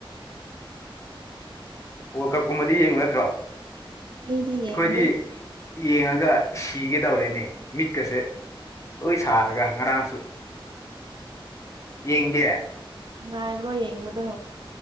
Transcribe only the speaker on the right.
ꯑꯩꯗꯤ
ꯌꯦꯡꯗꯦ
ꯉꯥꯏꯕ꯭ꯔꯣ ꯌꯦꯡꯕꯗꯣ